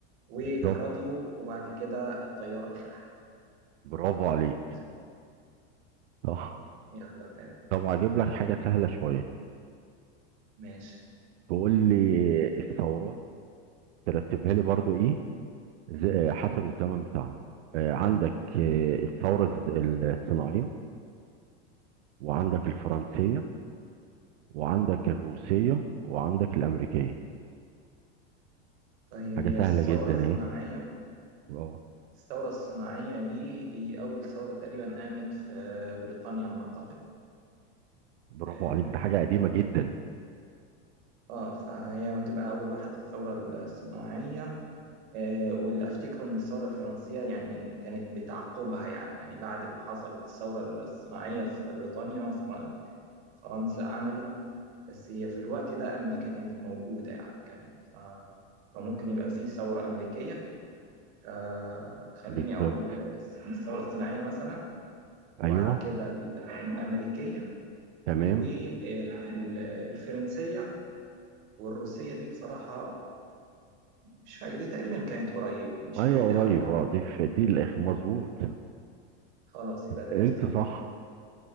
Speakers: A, on the right; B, on the right.
A: والراديو
B: بالظبط
A: وبعد كده الطياره اخر حاجه
B: برافو عليك
A: مظبوط
B: صح
A: يلا تمام
B: طب اجيب لك حاجه سهله شويه
A: ماشي
B: تقول لي الثورات ترتبها لي برضو ايه ز- آه، حسب الزمن بتاعها آه، عندك آه، الثوره الز- الصناعيه وعندك الفرنسيه وعندك الروسيه وعندك الامريكيه
A: طيب
B: حاجه
A: هي
B: سهله
A: الثوره
B: جدا
A: الصناعيه
B: ايه
A: الثوره الصناعيه دي دي اول ثوره تقريبا قامت في بريطانيا على ما اعتقد
B: برافو
A: آه،
B: عليك ده حاجة قديمة جدا
A: اه فهي هتبقى أول واحدة الثورة الصناعية آه واللي أفتكره إن الثورة الفرنسية يعني كانت بتعقبها يعني يعني بعد ما حصلت الثورة الصناعية في بريطانيا فر- فرنسا عملت بس هي في الوقت ده أمريكا كانت موجودة يعني كان ف فممكن يبقى في ثورة أمريكية فخليني
B: بالظبط
A: أقول الس- الثورة الصناعية مثلا وبعد
B: ايوه
A: كده ال- الأمريكية
B: تمام
A: والفرنسية والروسية دي بصراحة مش فاكر دي تقريبا كانت قريب مش
B: ايوه
A: بعيد قوي
B: قريب
A: يعني
B: اه دي في دي الاخر مظبوط
A: خلاص يبقى الترتيب
B: انت صح
A: كده